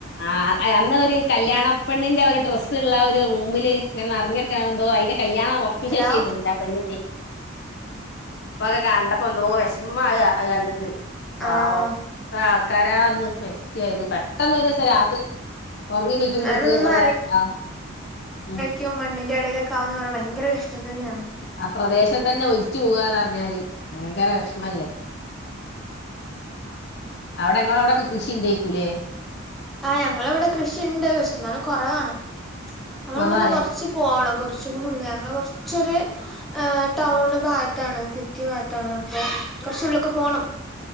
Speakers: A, on the left; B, in the centre.
A: ആഹ് അന്ന് ഒരു കല്യാണപ്പണ്ണിന്റെ ഒരു ഡ്രസ്സ്ള്ള ഒരു റൂമില് ഇങ്ങനെ നിറഞ്ഞ കിടക്കാൻന്തോ അയി കല്യാണം ഉറപ്പിചെന്നു
B: ഹലോ
A: ആ പെണ്ണിന്റെ ഇപ്പൊക്കെ കണ്ടപ്പോ എന്തോ വിഷമാ അഹ് കണ്ടിട്ട് പാവം
B: ആഹ്
A: ഇപ്പ ക്കാരാന്ന് മരിച്ചുയത് പെ പെട്ടെന്ന് ഒരു ദിവസ രാത്രി ഉറങ്ങിന
B: ഉം
A: നീക്കുമ്പൾക്ക്
B: അവരൊന്നും
A: ഓലെ ആ ഉ
B: റ്റും മണ്ണിന്റെറെടയിലക്ക ആകുന്ന ഭയങ്കര കഷ്ടം തന്നെയാണ്
A: ആ പ്രദേശം തന്നെ ഒലിച്ചു പോവാന്ന് പറഞ്ഞാല് ഭയങ്കര വെഷമല്ലേ അവിടെ നിങ്ങളെ അവിടെക്ക കൃഷി ഇണ്ടേക്കൂലേ
B: ആഹ് ഞങ്ങള ഇവിടെ കൃഷിണ്ട് പക്ഷെ എന്നാലും കുറവാണ് നമ്മള
A: കുറവാലേ
B: ഇവിടുന്ന് കുറച്ച് പോണം കുറച്ചും കൂടി ഉള്ള ഞങ്ങള്ൾ കുറച്ചൊരു ഏ ടൗൺ ഭാഗത്താണ് സിറ്റി ഭാഗത്താണ് അപ്പൊ കുറച്ഉള്ളിക്ക് പോണം